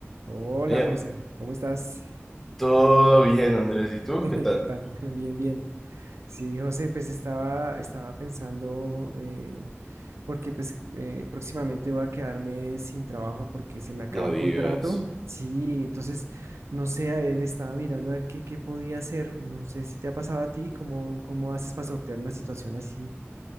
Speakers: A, on the right (about 85°); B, in the centre.
A: Hola
B: Eh,
A: José, ¿cómo estás?
B: todo bien, Andrés. ¿Y
A: <laughs>
B: tú? ¿Qué tal?
A: ¿Qué tal? <laughs> Bien, bien. Sí, José, pues estaba, estaba pensando, eh, porque pues eh, próximamente voy a quedarme sin trabajo porque se me acaba
B: No
A: el
B: digas.
A: contrato. Sí, entonces, no sé, a ver, estaba mirando a ver qué, qué podía hacer. No sé si te ha pasado a ti, cómo, cómo haces para sortear una situación así.